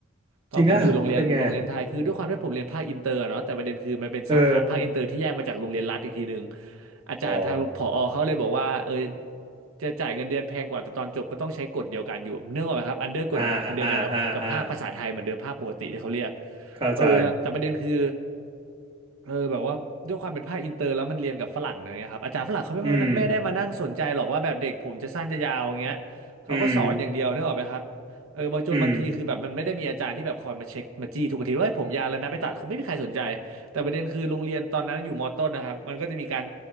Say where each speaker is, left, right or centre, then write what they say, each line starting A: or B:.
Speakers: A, on the right; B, on the right.
A: ตอนผมอยู่โรงเรียนโรงเรียนไทยคือด้วยความที่ผมเรียนภาคอินเตอร์เนาะแต่ประเด็นคือมันเป็นสาขาภาคอินเตอร์ที่แยกมาจากโรงเรียนรัฐอีกทีหนึ่ง
B: จริงอ่ะแล้วเป็นไงอะเออ
A: อาจารย์ทางผอเขาเลยบอกว่าเออ
B: อ๋อ
A: จะจ่ายเงินเดือนแพงกว่าแต่ตอนจบก็ต้องใช้กฎเดียวกันอยู่เนื่องออกไหมครับอันเดอร์กฎเดียวกันกับกับภาคภาษาไทยเหมือนเดิมภาคปกติที่เขาเรียก
B: อ่าอ่าอ่าอ่าเข้าใจ
A: เออแล้วแต่ประเด็นคือ เออแบบว่าด้วยความเป็นภาคอินเตอร์แล้วมันเรียนกับฝรั่งเนยครับอาจารย์ฝรั่งเขาไม่มาไม่ได้มานั่งสนใจหรอกว่าแบบเด็กผมจะสั้นจะยาวอย่างเงี้ย
B: อืม
A: เขาก็สอนอย่างเดียวนึกออกไหมครับ
B: อืม
A: เออบางจนบางทีคือแบบมันไม่ได้มีอาจารย์ที่แบบคอยมาเช็คมาจี้ทุกอาทิตย์ว่าเฮ้ยผมยาวแล้วนะไปตัดเขาไม่มีใครสนใจ
B: อืม
A: แต่ประเด็นคือโรงเรียนตอนนั้นอยู่มต้นนะครับมันก็จะมีการ